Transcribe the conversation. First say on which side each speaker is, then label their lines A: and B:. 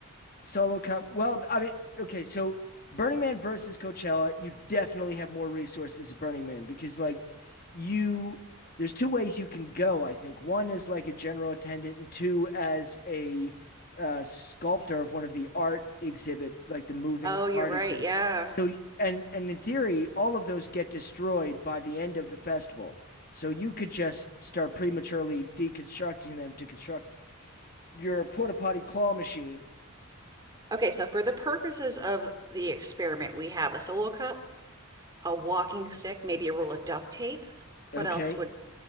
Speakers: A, on the left; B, on the right.
A: solo cup. Well, I mean, okay, so Burning Man versus Coachella, you definitely have more resources at Burning Man because like you there's two ways you can go, I think. One is like a general attendant and two as a uh, sculptor of one of the art exhibit, like the moving
B: Oh, you're
A: art
B: right.
A: exhibits.
B: Yeah.
A: So and and in theory, all of those get destroyed by the end of the festival. So you could just start prematurely deconstructing them to construct your porta potty claw machine.
B: Okay, so for the purposes of the experiment, we have a solo cup, a walking stick, maybe a roll of duct tape. What
A: Okay,
B: else would,